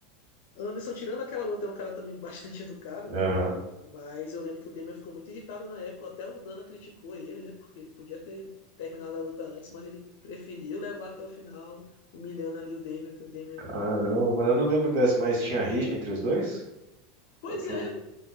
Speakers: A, on the left; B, on the right.
A: Anderson, tirando aquela luta, é um cara também bastante <laughs> educado, né?
B: Aham.
A: Mas eu lembro que o Demian ficou muito irritado na época. Até o Dana criticou ele, né? Porque ele podia ter terminado a luta antes, mas ele preferiu levar até o final, humilhando ali o Demian, que o Demian.
B: Caramba, mano, eu não lembro dessa, mas tinha rixa entre os dois?
A: Pois
B: Qual que foi?
A: é,
B: o-